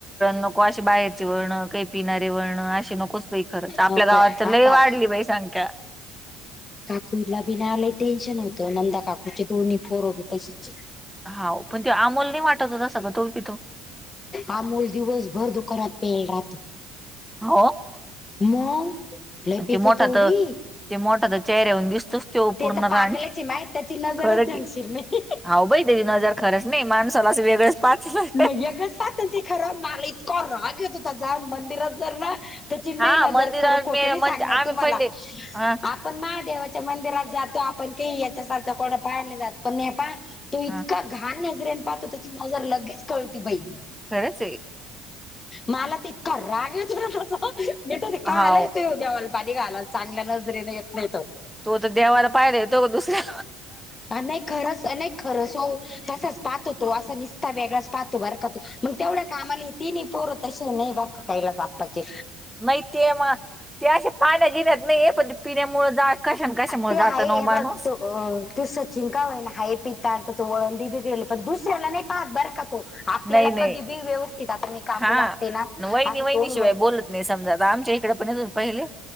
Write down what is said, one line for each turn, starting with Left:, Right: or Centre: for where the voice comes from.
Centre: नको असे बाहेरचे वळण काही पिणारे वळणं असे नकोच बाई खरच आपल्या
Left: नको
Centre: गावात तर लय
Left: आता
Centre: वाढली बाई संंख्या
Left: खुईला बि नाही आलंय टेन्शन होतं नंदा काकूचे दोन्ही फोरो बी तसेच
Centre: हो पण त अमोल नाही वाटत हो तसा पण तो बी पितो
Left: अमोल दिवसभर दुकानात पेल राहतो
Centre: हो
Left: मग लय पितो
Centre: ते मोठा
Left: तो
Centre: तर
Left: बी
Centre: ते मोठा तर चेहऱ्या होऊन दिसतोच तो
Left: ते
Centre: पूर्ण
Left: तर पागलच
Centre: राां
Left: आहे माय त्याची नजरच
Centre: खरं
Left: घालशील नाही
Centre: हा भाई त्याची नजर खरंच नाही माणसाला असं वेगळेंच पाचला
Left: मग ते खरं माला इतका राग येतो त्याचा मंदिरात जर ना त्या चिन्मय
Centre: हा
Left: नजर
Centre: मंदिरात
Left: खरं खोठं
Centre: मी
Left: नाही
Centre: म्हणजे
Left: सांगणार
Centre: आम्ही
Left: तुमला
Centre: पहिले हा
Left: पण महादेवाच्या मंदिरात जातो आपण का याच्यासारखं कोणा पाहायला जात पण नाहीे प तो इतका
Centre: हा
Left: घाण नजरेने पाहतो त्याची मजर लगेच कळती बाई
Centre: खरची
Left: मला त इतका राग येत होला तसा भेट ते काय
Centre: हाव
Left: आलायेतो देवाल पाणी घाला चांगल्या नजरेने येत नाहीत
Centre: तो तर देवाला पाहिला येतो का दुसऱ्या
Left: ह नाही खरंच नाही खरंच हो तसाच पाहत होतो असा निसता वेगळाच पाह बर का तू मग तेवढ्या का आम्हाला ती नाही पोर तस नाही बर काहीला सापचे
Centre: नाही ते मग ते असे पाण्या गेण्यात नाही पण ते पिण्यामुळ जात कशा कशामुळे
Left: हा
Centre: जात ना हो माणूस
Left: हेतो अ तू सचिन का होई ना हाय पी तडताचं वळंडीी बिगडलं पण दुसऱ्याला नाही पाहतात बरं का तो आपल्याला
Centre: नाहीय नाहीय
Left: कधी बी व्यवस्थित आता मी काकू
Centre: हा
Left: लागते ना
Centre: वयनी
Left: असं
Centre: वयनी
Left: तोंड
Centre: शिवाय
Left: भर
Centre: बोलत नाही समजा आता आमच्या इकडे पण पहिले